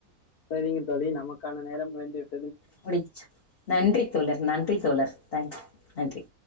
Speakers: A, on the left (about 85°); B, on the left (about 45°).
A: சரிங்க தோழி நமக்கான நேரம் முடிந்துவிட்
B: முடிஞ்ச்சா நன்றி தோழர் நன்றி தோழர் தேங்க்யூ நன்றி